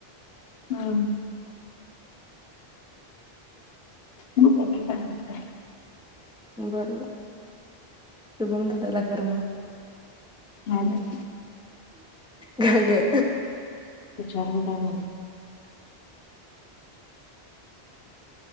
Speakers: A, on the left; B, in the centre.
A: हम्म बघुया की काय होतय.
B: बरोबर शुभम दादाला कर मग.
A: नाई बाई.
B: का ग?
A: विचारू काय म्हण